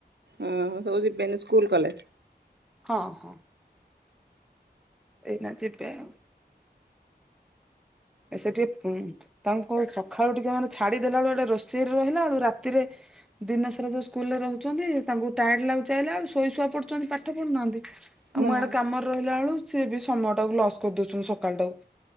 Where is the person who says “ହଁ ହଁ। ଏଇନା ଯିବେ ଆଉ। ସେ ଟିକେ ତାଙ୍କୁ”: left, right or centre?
Centre